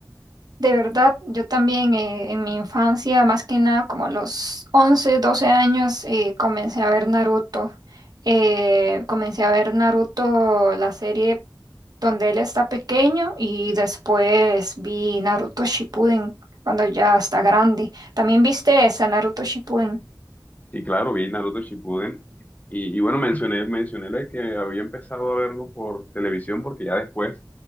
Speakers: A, on the right; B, on the left.
A: De verdad, yo también eh, en mi infancia, más que nada como a los 11, 12 años, eh, comencé a ver Naruto. Eh, comencé a ver Naruto, la serie donde él está pequeño, y después vi Naruto Shippuden cuando ya está grande. ¿También viste esa Naruto Shippuden?
B: Sí, claro, vi Naruto Shippuden. Y, y bueno, mencioné, mencioné la que había empezado a verlo por televisión porque ya después,